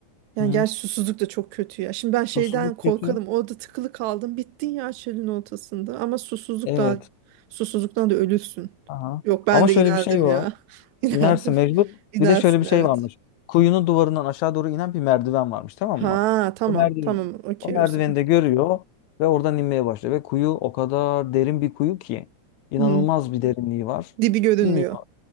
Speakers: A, on the right (about 80°); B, on the left (about 80°).
A: Yani
B: Hı hı.
A: gerçi susuzluk da çok kötü ya. Şimdi ben şeyden
B: Susuzluk
A: korkarım.
B: kötü.
A: Orada tıkılı kaldım. Bittin ya çölün ortasında. Ama susuzluk
B: Evet.
A: da susuzluktan da ölürsün.
B: Aha.
A: Yok ben
B: Ama
A: de
B: şöyle
A: inerdim
B: bir şey var.
A: ya. <laughs> İnerdim.
B: İnerse mecbur.
A: İnersin
B: Bir de şöyle bir şey
A: evet.
B: varmış. Kuyunun duvarından aşağı doğru inen bir merdiven varmış, tamam
A: Ha
B: mı?
A: tamam.
B: O merdiven,
A: Tamam okey
B: o merdiveni
A: o zaman.
B: de görüyor ve oradan inmeye başlıyor. Ve kuyu o kadar derin bir kuyu ki inanılmaz
A: Hı.
B: bir derinliği var.
A: Dibi görünmüyor.
B: İniyor.